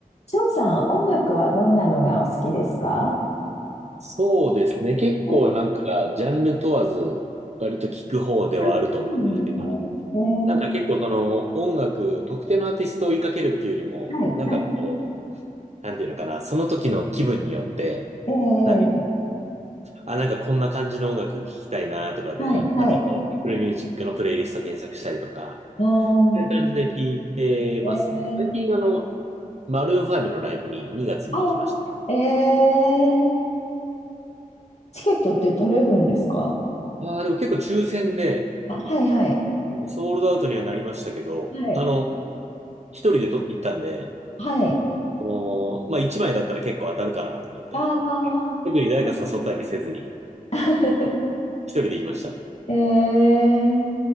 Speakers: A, on the left; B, on the right.
A: 翔さん、音楽はどんなのがお好きですか
B: そうですね。結構なんか、
A: はい、
B: ジャンル問わず、割と聞く方ではあると思うんですけど、
A: あそうなんですね。えー、
B: なんか結構その音楽、特定のアーティストを追いかけるっていうよりも、
A: はい、
B: なんかこう、
A: はい、
B: なんていうのかな、その時の気分によって、
A: えー、
B: なんか、あ、なんかこんな感じの音楽聞きたいなとかで、
A: はい、はい。
B: なんかこう、Apple Music のプレイリスト検索したりとか、
A: うーん、
B: そういう感じで聞いてますね。
A: えー、
B: 最近あの、マルーン5のライブに2月に行きました。
A: あ、えー、チケットって取れるんですか
B: ああ、でも結構抽選で、
A: あ、はい、はい、
B: ソールドアウトにはなりましたけど、
A: はい、
B: あの、一人でと行ったんで、
A: はい。
B: もう、まあ一枚だったら結構当たるかなと思って、
A: ああ、
B: 特に誰か誘ったりせずに、
A: なるほど <laughs>
B: 一人で行きました。
A: えー、